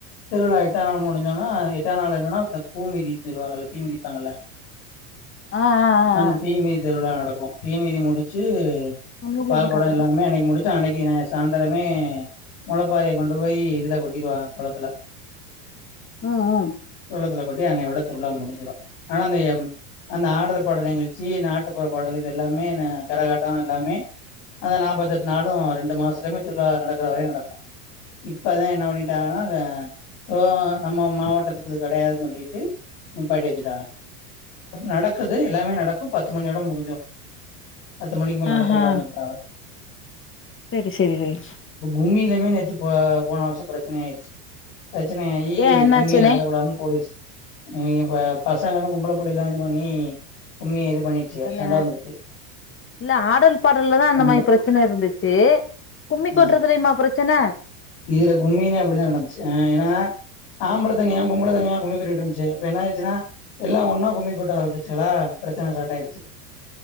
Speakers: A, on the left; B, on the left.
A: திருவிழா எட்டநாள் முடிஞ்சோனா எட்டாநாள் என்னன்னா அந்த பூ மீதி திருவாகல்ல தீ மதிப்பாகல்ல
B: ஆ ஆ ஆ
A: அந்த
B: ஆ
A: தீ மீதி திருவிழா நடக்கு தீ மீதி முடிச்சு
B: நம்ம ஊர்ல
A: பால்கொட
B: என்ன சாப்பாடு
A: எல்லாமே அன்னைக்கு முடிச்சு அன்னைக்கு சாந்தரமே மொளப்பாரிய கொண்டு போய் இதுல கொட்டிருவாக குளத்துல
B: ம் ம்
A: குளத்துல கொட் டி அன்னையோட திருவிளா முடிஞ்சிடு ஆனா அந் அந்த ஆடல் பாடல் நிகழ்ச்சி நாட்டுப்புற பாடல் இது எல்லாமே கரகாட்டோ எல்லாமே அத நாற்பத்எட்டு நாளு ரெண்டு மாசத்துலயுமே திருவிழா நடக்குற வரையு நடக்கு இப்பதா என்ன பண்ணிட்டாங்கலாங்க சோ நம்ம மாவட்டத்துக்கு இது கிடையாது சொல்லிட்டு நீ பாதி வச்சு நடக்குது எல்லாமே நடக்கும் பத்து மணியோட முடிஞ்சுறோ பத்து மணிக்கு மேல்
B: ஆஹா
A: நடத்தக்கூடாதுட்டாங்க
B: செரி செரி ரைட்ஸ்
A: உண்மையிலுமே நேத்து போ போன வருஷ பிரச்சனை ஆயிருச்சு பிரச்சினையாயி
B: ஏ என்னாச்சுனே
A: கும்மிய நடத்த கூடாதுன்னு போலீஸ் ம் ப பசங்கெலா பொம்பள புள்ளகெளா இது பண்ணி கும்மி எது ச்சில
B: இல்ல
A: சண்ட வந்துருச்சு
B: இல்ல ஆடல் பாடல்லதா அந்த
A: ரொம்ப.
B: மாரி பிரச்சனை இருந்துச்சு கும்மி
A: ஆ
B: கொட்றதுல்லயுமா பிரச்சன
A: இதுல கும்மிமே அப்படிதான் நடந்துச்சு அ ஏன்னா ஆம்பளை தனியா பொம்பளை தனியா கும்மி கொட்டிட்டு இருந்துச்சு இப்ப என்ன ஆயிச்சுன்னா எல்லா ஒன்னா கும்மி கொட்ட ஆரம்பச்சிச்சுகலா பிரச்சன ஸ்டார்ட் ஆயிடுச்சு